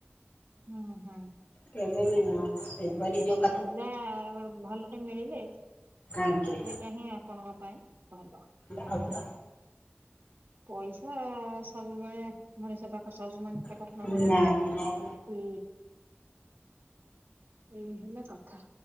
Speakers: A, on the right; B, on the left.
A: ହଁ, ହଁ।
B: କେବେ ବି ନୁହଁ। ସେପରି ଯୋ
A: ପିଲା ଗ, ଭଲଟେ ମିଳିଲେ
B: ଆଜ୍ଞା
A: ସେଇଟା ହିଁ ଆପଣଙ୍କ ପାଇଁ ଭଲ।
B: ଭଲ।
A: ପଇସା ସବୁବେଳେ ମଣିଷ ପାଖରେ ସବୁ ମଣିଷ ପାଖ
B: ନାଇଁ
A: ତାର ନଥାଏ,
B: ନାଇଁ।
A: କି ଏଇ ହେଲା କଥା।